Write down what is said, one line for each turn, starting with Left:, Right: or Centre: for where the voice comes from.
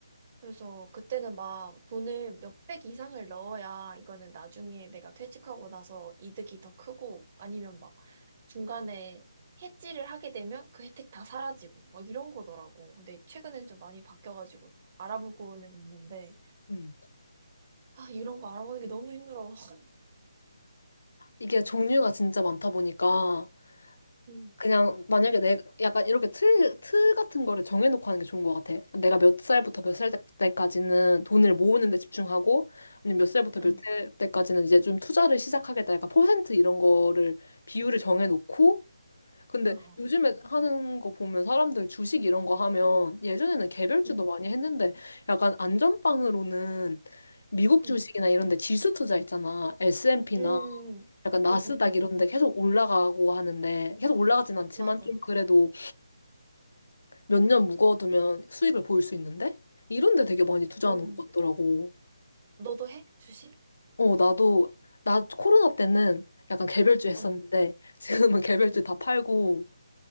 Right: 그래서 그때는 막 돈을 몇백 이상을 넣어야 이거는 나중에 내가 퇴직하고 나서 이득이 더 크고 아니면 막 중간에 해지를 하게 되면 그 혜택 다 사라지고 막 이런 거더라고. 근데 최근엔 좀 많이 바뀌어가지고 알아보고는 있는데
Left: 음.
Right: 아 이런 거 알아보는 게 너무 힘들어. <laughs>
Left: 이게 종류가 진짜 많다 보니까
Right: 응,
Left: 그냥 만약에 내 약간 이렇게 틀, 틀 같은 거를 정해놓고 하는 게 좋은 것 같아. 내가 몇 살부터 몇 살 때까지는 돈을 모으는 데 집중하고, 아니면 몇 살부터 몇
Right: 응,
Left: 살 때까지는 이제 좀 투자를 시작하겠다. 약간 퍼센트 이런 거를 비율을 정해놓고, 근데
Right: 응, 어,
Left: 요즘에 하는 거 보면 사람들 주식 이런 거 하면 예전에는 개별주도
Right: 응,
Left: 많이 했는데 약간 안전빵으로는 미국 주식이나
Right: 응,
Left: 이런 데 지수 투자 있잖아. S&P나
Right: 응,
Left: 약간 나스닥
Right: 응, 응, 응,
Left: 이런
Right: 응.
Left: 데 계속 올라가고 하는데 계속 올라가진 않지만
Right: 맞아.
Left: 좀 그래도 몇 년 묵어두면 수익을 보일 수 있는데 이런 데 되게 많이 투자하는
Right: 응.
Left: 것 같더라고.
Right: 너도 해? 주식?
Left: 어, 나도 나 코로나 때는 약간 개별주 했었는데
Right: 응,
Left: 지금은 <laughs> 개별주
Right: 응.
Left: 다 팔고